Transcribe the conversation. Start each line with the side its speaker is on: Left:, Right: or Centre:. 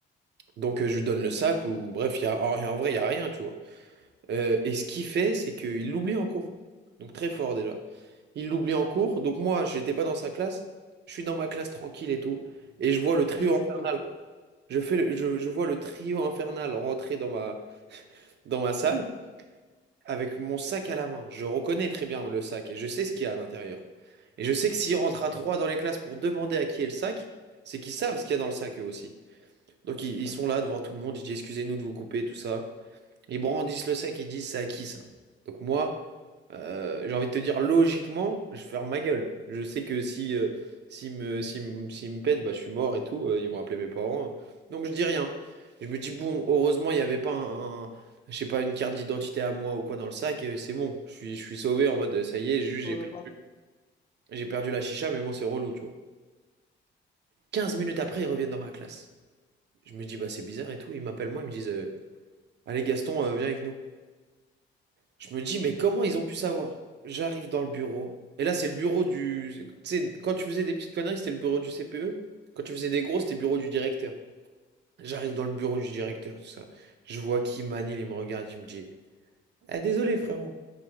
Right: Donc euh, je lui donne le sac, ou bref, il y a, en, en vrai, il y a rien, tu vois. Euh, et ce qu'il fait, c'est qu'il l'oublie en cours. Donc très fort déjà. Il l'oublie en cours, donc moi, j'étais pas dans sa classe, je suis dans ma classe tranquille et tout, et je vois le trio
Left: j'étais
Right: infernal.
Left: dedans.
Right: Je fais, le- je, je vois le trio infernal rentrer dans ma, dans ma salle. avec mon sac à la main. Je reconnais très bien le sac et je sais ce qu'il y a à l'intérieur. Et je sais que s'ils rentrent à trois dans les classes pour demander à qui est le sac, c'est qu'ils savent ce qu'il y a dans le sac eux aussi. Donc ils, ils sont là devant tout le monde, ils disent excusez-nous de vous couper, tout ça. Ils brandissent le sac, ils disent c'est à qui ça? Donc moi, euh, j'ai envie de te dire, logiquement, je ferme ma gueule. Je sais que si, euh, s'ils me, s'ils me, s'ils me pètent, bah, je suis mort et tout. euh, ils vont appeler mes parents. Donc je dis rien. Je me dis, bon, heureusement, il n'y avait pas un, un- je sais pas, une carte d'identité à moi ou quoi dans le sac. euh, c'est bon, je suis, je suis sauvé en mode, ça y est, juste,
Left: On
Right: j'ai,
Left: n'en
Right: per-
Left: parle plus.
Right: j'ai perdu la chicha, mais bon, c'est relou, tu vois. 15 minutes après, ils reviennent dans ma classe. Je me dis, bah, c'est bizarre et tout. Ils m'appellent moi, ils me disent, euh, allez, Gaston, euh, viens avec nous. Je me dis, mais comment ils ont pu savoir? J'arrive dans le bureau. Et là, c'est le bureau du... Tu sais, quand tu faisais des petites conneries, c'était le bureau du CPE. Quand tu faisais des grosses, c'était le bureau du directeur. J'arrive dans le bureau du directeur, tout ça. Je vois Kimani, il me regarde, il me dit, Ah, désolé, frérot.